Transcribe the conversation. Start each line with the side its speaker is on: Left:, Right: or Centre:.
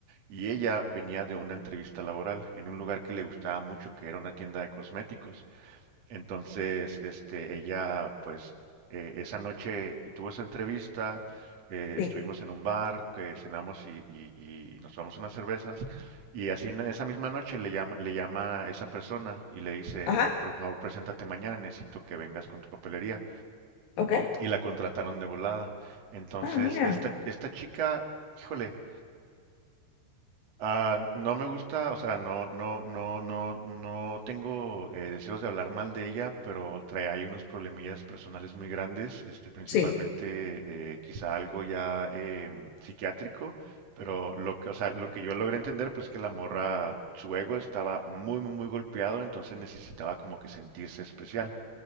Right: y ella venía de una entrevista laboral en un lugar que le gustaba mucho, que era una tienda de cosméticos. Entonces, este, ella, pues, eh, esa noche tuvo esa entrevista, eh,
Left: sí.
Right: estuvimos en un bar, que cenamos y, y- y nos tomamos unas cervezas, y así en esa misma noche le llama, le llama esa persona y le dice,
Left: Ajá,
Right: por favor, preséntate mañana, necesito que vengas con tu papelería.
Left: ok.
Right: Y la contrataron de volada. Entonces,
Left: Ah, mira.
Right: esta, esta chica, híjole, Ah, no me gusta, o sea, no, no, no, no, no tengo eh, deseos de hablar mal de ella, pero trae ahí unos problemillas personales muy grandes, este, principalmente
Left: Sí.
Right: eh, quizá algo ya em, psiquiátrico, pero lo que, o sea, lo que yo logré entender, pues que la morra, su ego estaba muy, muy, muy golpeado, entonces necesitaba como que sentirse especial.